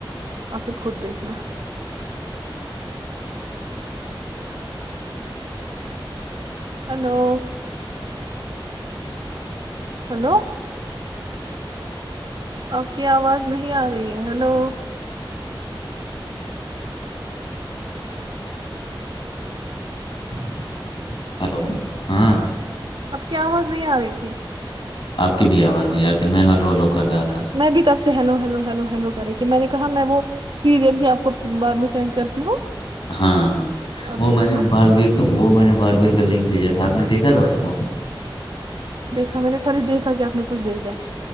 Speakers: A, on the right (about 60°); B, on the left (about 65°).
A: اور پھر خود دیکھنا ہلو ہلو آپ کی آواز نہیں آ رہی ہے ہلو
B: جچ <inaudible> ہلو ہاں
A: اب کی آواز نہیں آ رہی تھی
B: آپ کی بھی آواز نہیں رہ ت میں ہلو لو کر رہا تھا
A: میں بھی تب ہیلو ہیلو ہیلو ہیلو کر رہے تے میں نے کہا میں وہ سیریل ہی آپ کو بعد میں سینڈ کرتی ہوں
B: ہاں ہاں
A: اب
B: وہ
A: دیکھنا
B: میں نے بالویر کو وہ میں نے بالویر بلنگ بھیجا تھا آپ نے دیکھا تھا اس کو
A: تو میں نے خالی دیکھا کہ آ نے کچھ بھیجا ہے